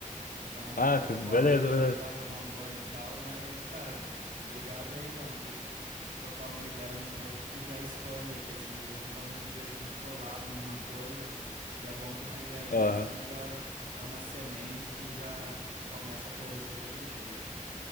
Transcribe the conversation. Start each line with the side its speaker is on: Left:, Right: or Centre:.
Right: Então
Left: Ah,
Right: vou,
Left: beleza,
Right: vou ali me ajeitar,
Left: beleza.
Right: tomar um banho e tal, mas, cara, obrigado aí, mano, de, de trocar uma ideia um pouco que já expande aqui, assim, de vez em quando eu me vejo bitolado numa coisa, e é bom que uma ideinha
Left: Aham.
Right: assim já é uma semente que já começa a florescer de outro jeito.